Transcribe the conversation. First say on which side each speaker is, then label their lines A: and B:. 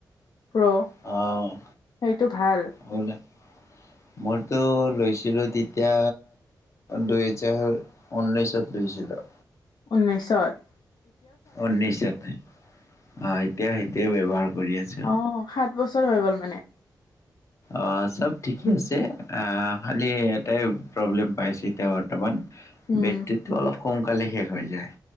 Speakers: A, on the left; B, on the left.
A: প্ৰ
B: অ',
A: সেইটো ভাল।
B: ওলা মইতো লৈছিলো তেতিয়া দুহেজাৰ, ঊনৈছশত লৈছিলোঁ।
A: ঊনৈছশত-
B: অনিশত অ এতিয়া সেইটয়ে ব্যৱহাৰ কৰি আছো।
A: অ, সাত বছৰ হৈ গ'ল মানে।
B: অ চব ঠিকে আছে আহ খালি এটাই প্ৰব্লেম পাইছে এতিয়া বৰ্তমান।
A: উম
B: বেটৰিটো অলপ সোনকালে শেষ হৈ যায়।